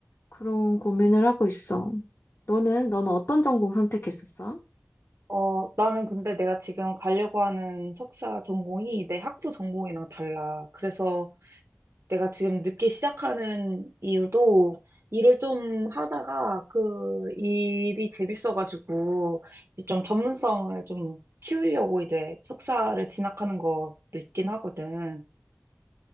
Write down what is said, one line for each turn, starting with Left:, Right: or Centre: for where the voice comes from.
Left: 그런 고민을 하고 있어. 너는, 너는 어떤 전공 선택했었어?
Right: 어, 나는 근데 내가 지금 가려고 하는 석사 전공이 내 학부 전공이랑 달라. 그래서 내가 지금 늦게 시작하는 이유도 일을 좀 하다가 그 일이 재밌어가지고 이제 좀 전문성을 좀 키우려고 이제 석사를 진학하는 것도 있긴 하거든.